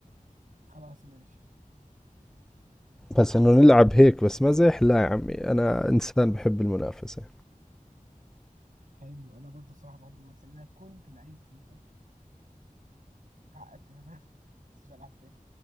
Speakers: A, on the right (about 65°); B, in the centre.
A: خلاص ماشي
B: بس انه نلعب هيك بس مزح لا يا عمي انا انسان بحب المنافسه
A: حلو انا برضه صراحة بحب المنافسة لأن انا كنت لعيب فيفا اتعقدت منها <laughs> بس مش هلعب تاني